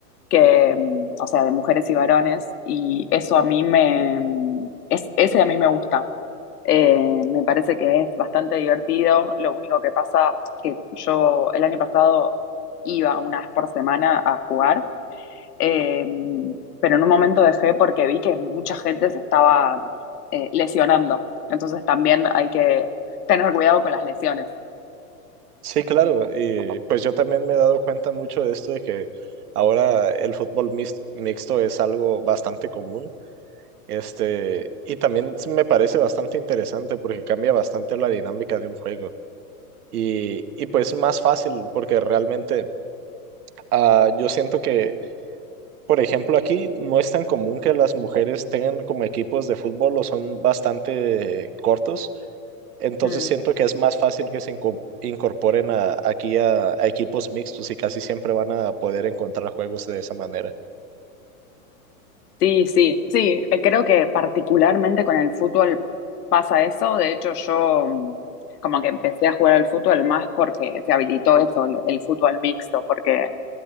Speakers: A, on the left; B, on the right.
A: que, em, o sea, de mujeres y varones. Y eso a mí me, es, ese a mí me gusta. Eh, me parece que es bastante divertido. Lo único que pasa que yo el año pasado iba una vez por semana a jugar, eh, pero en un momento dejé porque vi que mucha gente se estaba eh, lesionando. Entonces también hay que tener cuidado con las lesiones.
B: Sí, claro, y pues yo también me he dado cuenta mucho de esto de que ahora el fútbol mis- mixto es algo bastante común. Este, y también me parece bastante interesante porque cambia bastante la dinámica de un juego. Y, y pues más fácil, porque realmente ah, yo siento que, por ejemplo, aquí no es tan común que las mujeres tengan como equipos de fútbol o son bastante cortos. Entonces
A: Mm.
B: siento que es más fácil que se inco- incorporen a- aquí a, a equipos mixtos y casi siempre van a poder encontrar juegos de esa manera.
A: Sí, sí, sí. eh, Creo que particularmente con el fútbol pasa eso. De hecho, yo mm, como que empecé a jugar al fútbol más porque se habilitó eso, el, el fútbol mixto, porque